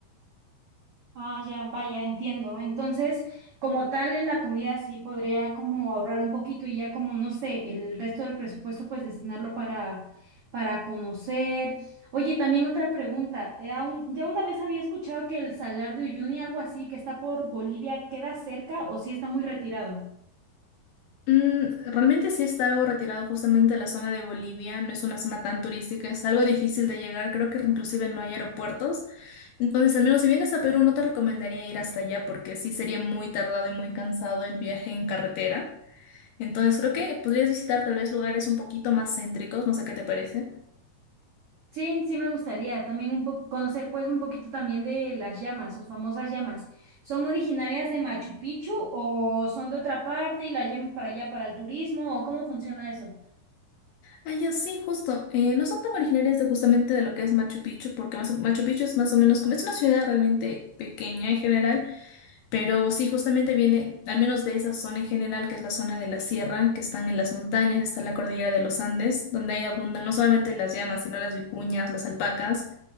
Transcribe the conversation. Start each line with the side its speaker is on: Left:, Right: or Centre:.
Right: Ah, ya, vaya, entiendo. Entonces, como tal, en la comida sí podría como ahorrar un poquito y ya como, no sé, el resto del presupuesto pues destinarlo para, para conocer. Oye, también otra pregunta. eh, aún- ya una vez había escuchado que el Salar de Uyuni, algo así, que está por Bolivia, ¿queda cerca o sí está muy retirado?
Left: Mm, realmente sí está algo retirado justamente de la zona de Bolivia, no es una zona tan turística, es algo difícil de llegar, creo que inclusive no hay aeropuertos. Entonces, al menos si vienes a Perú, no te recomendaría ir hasta allá porque sí sería muy tardado y muy cansado el viaje en carretera. Entonces, creo que podrías visitar tal vez lugares un poquito más céntricos, no sé qué te parece.
Right: Sí, sí me gustaría también un poco conocer pues un poquito también de las llamas, sus famosas llamas. ¿Son originarias de Machu Picchu o son de otra parte y las llevan para allá para el turismo o cómo funciona eso?
Left: Ah, ya sí, justo. Eh, no son tan originarias de justamente de lo que es Machu Picchu, porque más- Machu Picchu es más o menos como es una ciudad realmente pequeña en general. Pero sí, justamente viene, al menos de esa zona en general, que es la zona de la sierra, que están en las montañas, está la cordillera de los Andes, donde ahí abundan no solamente las llamas, sino las vicuñas, las alpacas